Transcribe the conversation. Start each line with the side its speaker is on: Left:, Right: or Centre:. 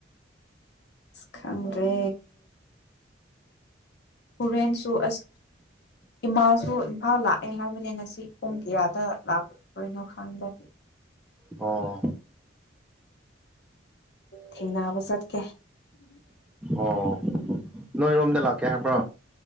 Left: ꯈꯪꯗ꯭ꯔꯦ ꯍꯨꯔꯦꯟꯁꯨ ꯑꯁ ꯏꯃꯥꯁꯨ ꯏꯝꯐꯥꯜ ꯂꯥꯛꯑꯦ ꯍꯥꯏꯕꯅꯦ ꯉꯁꯤ ꯄꯨꯡ ꯀꯌꯥꯗ ꯂꯥꯛ ꯀꯩꯅꯣ ꯈꯪꯗꯦ
Centre: ꯑꯣ
Left: ꯊꯦꯡꯅꯕ ꯆꯠꯀꯦ
Centre: ꯑꯣ ꯅꯣꯏꯔꯣꯝꯗ ꯂꯥꯛꯀꯦ ꯍꯥꯏꯕ꯭ꯔꯣ